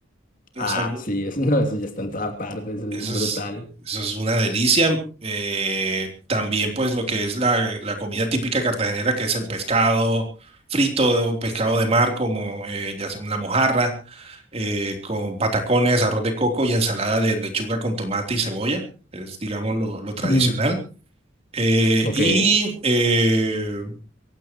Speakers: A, on the right; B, on the left.
A: es
B: Ah,
A: algo,
B: sí, eso, <laughs> no, eso ya está en toda parte, eso
A: eso
B: es brutal.
A: es, eso es una delicia. Eh, también pues lo que es la, la comida típica cartagenera, que es el pescado frito, pescado de mar, como eh, ya sea la mojarra, eh, con patacones, arroz de coco y ensalada de lechuga con tomate y cebolla. Es, digamos, lo, lo tradicional.
B: Mm,
A: Eh,
B: ok.
A: y eh,